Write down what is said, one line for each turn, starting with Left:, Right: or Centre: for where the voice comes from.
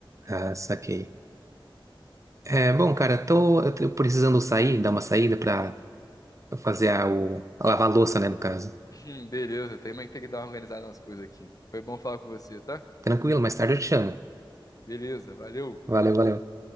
Right: Ah, saquei. É, bom, cara, tô, eu tô precisando sair, dar uma saída pra fazer a, o, a lavar a louça, né, no caso.
Left: <laughs> Beleza, também tem que dar uma organizada nas coisas aqui. Foi bom falar com você, tá?
Right: Tranquilo, mais tarde eu te chamo.
Left: Beleza, valeu.
Right: Valeu, valeu.